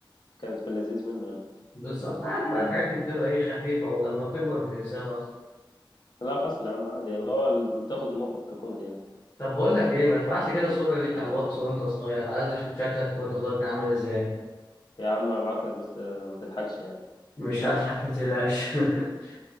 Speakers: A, on the left; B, on the left.
A: كانت في اللذيذ منه يعني
B: بالظبط عادي بقى الحاجات دي بتبقى ايه خفيفه ولما بتكبر بتنساها اصلا
A: لا حصل يا عم عادي اللي هو بتاخد الموقف ككوميدي يعني
B: طب بقول لك ايه ما تبعت لي كده صوره ليك على الواتس وانت صغير عايز اشوف شكلك وانت صغير كان عامل ازاي
A: يا عم هبعتلك بس ما تضحكش يعني
B: مش هضحك ما تقلقش <laughs>